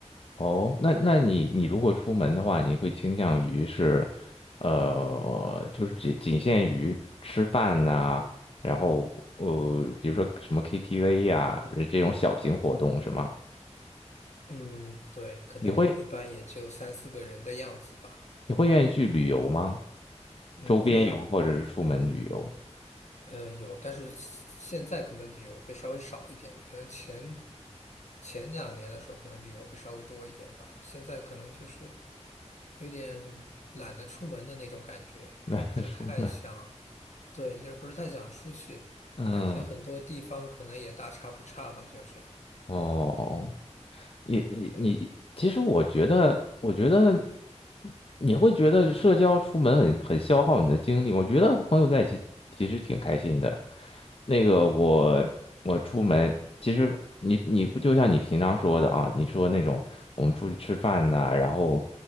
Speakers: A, on the left; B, on the left.
A: 哦，那那你你如果出门的话，你会倾向于是，呃，就是仅仅限于吃饭呐、然后呃，比如说什么 KTV 呀、呃这种小型活动是吗？
B: 嗯，对，可能一般也就三四个人的样子吧。
A: 你会你会愿意去旅游吗？
B: 嗯，
A: 周边游或者是出门旅游，
B: 会啊，呃，有，但是现在可能旅游会稍微少一点，可能前前两年的时候，可能旅游会稍微多一点吧。现在可能就是有点懒得出门的那种感觉，
A: <laughs>
B: 就是不是太想，
A: 懒得出门。
B: 对，就是不是太想出去，
A: 嗯，
B: 感觉很多地方可能也大差不差吧，就是
A: 哦，你你你，
B: 对。
A: 其实我觉得，我觉得你会觉得社交出门很很消耗你的精力。我觉得和朋友在一起其实挺开心的。那个我我出门，其实你你不就像你平常说的啊？你说那种我们出去吃饭呐、然后